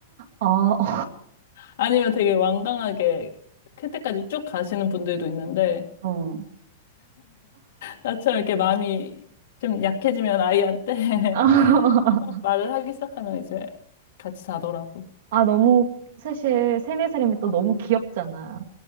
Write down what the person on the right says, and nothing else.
어, <laughs>
어.
<laughs>
아, 너무, 사실, 세네 살이면 또
너무 귀엽잖아.